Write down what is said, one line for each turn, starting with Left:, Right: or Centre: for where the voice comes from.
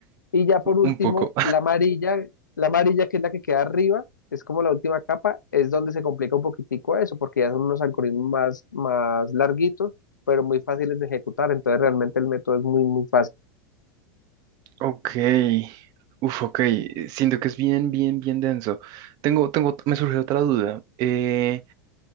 Left: Y ya por último,
Right: Un poco.
Left: la amarilla, la amarilla que es la que queda arriba, es como la última capa, es donde se complica un poquitico eso, porque ya son unos algoritmos más, más larguitos, pero muy fáciles de ejecutar. Entonces realmente el método es muy, muy fácil.
Right: Ok, uf, ok, Eh, siento que es bien, bien, bien denso. Tengo, tengo, me surge otra duda. Eh,